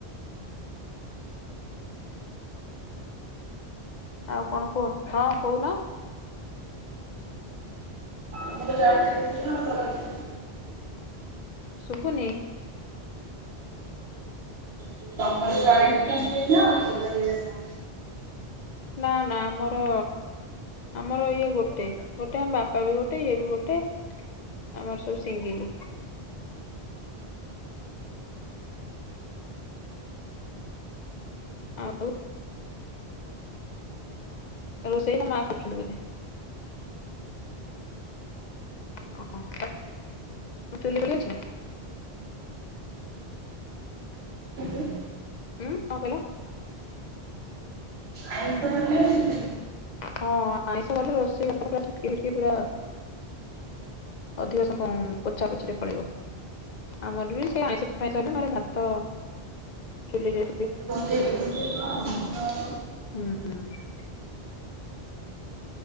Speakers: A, on the left; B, on the right.
A: ଆଉ କଣ କୁହ ହଁ କହୁନ
B: <unintelligible>
A: ଶୁଭୁନି
B: <unintelligible>
A: ନା ନା ଆମର ଆମର ଇଏ ଗୋଟେ ଗୋଟେ ଆମ ବାପା ବି ଗୋଟେ ଇଏ ବି ଗୋଟେ ଆମର ସବୁ ସିଙ୍ଗିଲ। ଆଉ ରୋଷେଇ ତ ମା କରୁଛନ୍ତି ବୋଧେ <unintelligible>
B: ହଁ।
A: ହୁଁ କଣ କହିଲ?
B: ଆଇ ତ ହେଲେ ଆଉ
A: ହଁ ଆଇଁଷ କଲେ ରୋଷେଇ ଘର ପୁରା ଛିଟକି ଫିଟକି ପୁରା ଅଧିକ ସମ ପୋଛା ପୋଛିରେ ପଳେଇବ ଆମର ବି ସେ ଆଇଁଷ ପାଇଁସ ହେଲେ ନହେଲେ ଭାତ ଚୁଲିରେ
B: <inaudible>
A: ହୁଁ ହୁଁ <inaudible>